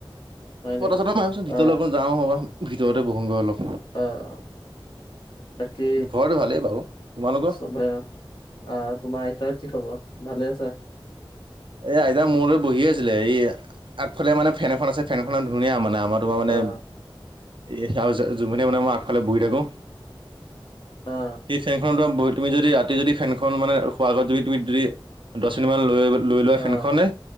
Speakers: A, on the left (about 60°); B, on the right (about 60°).
A: হয় নেকি
B: মই <unintelligible> মই কৈছোঁ ভিতৰলৈ
A: অ
B: বল যাওঁ হব ভিতৰতে বহুংগৈ অলপ।
A: অ', অ'। বাকী
B: ঘৰটো ভালেই বাৰু। তোমালোকৰ
A: চবৰে অ, আহ তোমাৰ আইতাৰ কি খবৰ ভালে আছে?
B: এ আইতা মোৰলৈ বহি আছিলে এই আগফালে মানে ফেনখন আছে, ফেনখন ধুনীয়া মানে আমাৰ তোমাৰ মানে
A: অ
B: এ সেয়া জ জুবিনে মানে মই আগফালে বহি থাকো।
A: অ
B: সেই ফেনখনত বহি তুমি যদি ৰাতি যদি ফেনখন মানে খোৱাৰ আগত তুমি তুমি যদি দছ মিনিটমান লৈ লৈ লোৱা ফেনখনে,
A: অ